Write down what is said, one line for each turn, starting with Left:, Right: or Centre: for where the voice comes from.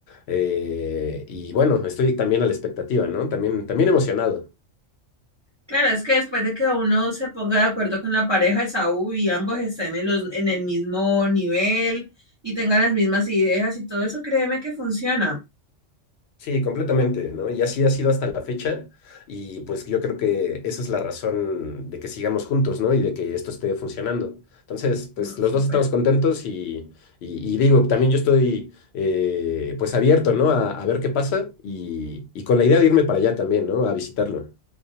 Left: Eh, y bueno, estoy también a la expectativa, ¿no? También, también emocionado.
Right: Claro, es que después de que uno se ponga de acuerdo con la pareja de Saúl y ambos estén en los, en el mismo nivel y tengan las mismas ideas y todo eso, créeme que funciona.
Left: Sí, completamente, ¿no? Y así ha sido hasta la fecha y pues yo creo que esa es la razón de que sigamos juntos, ¿no? Y de que esto esté funcionando. Entonces, pues
Right: No,
Left: los
Right: súper.
Left: dos estamos contentos y, y- y digo, también yo estoy eh, pues abierto, ¿no? A, a ver qué pasa y, y con la idea de irme para allá también, ¿no? A visitarlo.